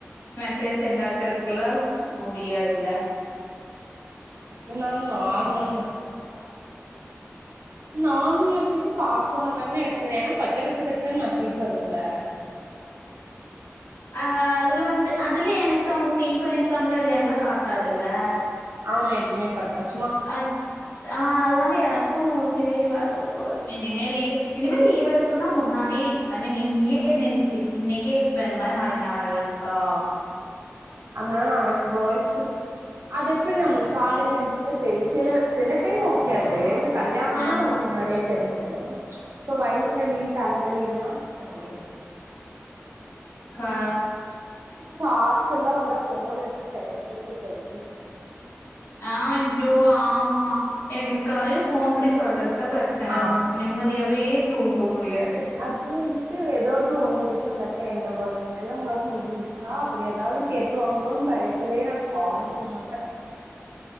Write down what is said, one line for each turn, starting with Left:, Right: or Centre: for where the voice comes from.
Left: மெசேஜ் சென்ட் ஆக்கற கல்ளா முடியாதுல்ல
Right: ஒருனாலு நார்மல் மெசேஜா நார்மல் மெசேஜ் பாக்க மாட்டாங்கனு எனக்கு ஏனா கொச்ச கொச்ச கச்சன் மெசேஜ் வருல்ல <inaudible>
Left: அ அதுல வந்து அதுல எனக்கு அவங்க சீன் பண்ணிருக்காங்ளா இல்லையான்லா காட்டாதுல்ல
Right: ஆன்ல எதுமே காட்டாது
Left: அத் ஆ அதனால எனக் க்கு சேரி வரல போல இனிமே லீவு இனிமே லீவு எடுத்தோனா முன்னாடி ஐ மீன் இங்கியே கே நின் ப் இன்னைக்கே இப்ப இந்த மாரி நாளைக்கு நா வர்லங்க்கா
Right: அனால நாளைக் ஒர்க் இருக் அது எப்டி நம்ளுக்கு காலைல எஞ்சுதா தெரிச் சில சில டைம் ஓகே அது இந்த கல்யாணந்தா
Left: ஆ
Right: நம்மளுக் முன்னாடியே தெரிஞ்சிரு இப்போ வயிரு வலி தலைவலிலா எப்புடி <inaudible>
Left: கா
Right: காச்சல்லா வந்தா போனெடுத்து பேசுறக்கு தெம்மேருக்காது
Left: ஆ ஜோ ஆமா எனக்கு இந்த காலைல போன் பண்ணி சொல்றதா பிரச்சன
Right: ஆம்
Left: நிம்மதியாவே தூங்க முடியாது
Right: அது வந்துட்டு ஏதாவது ஒண்ணு பேசா அந்தக் க்கா என்ன பிளாக் எல்லா ஒர்க் முடிஞ்சிச்சா அப்டி ஏதாவது கேட்ருவாங்ளோன்னு பயத்திலியே நா காலே பண்ண மாட்ட <inaudible>